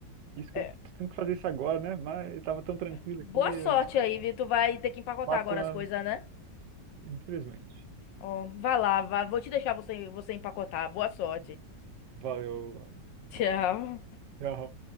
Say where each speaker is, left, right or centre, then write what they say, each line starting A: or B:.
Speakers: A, on the right; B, on the left.
A: Isso que
B: é,
A: eu tô tendo que fazer isso agora, né? Mas eu tava tão tranquilo
B: boa
A: aqui.
B: sorte
A: eh,
B: aí, viu? Tu vai ter que empacotar
A: Quatro
B: agora
A: anos,
B: as coisas, né?
A: infelizmente.
B: Ó, vai lá, vá, vou te deixar você, você empacotar. Boa sorte.
A: Valeu, Luana.
B: <laughs> Tchau.
A: Tchau.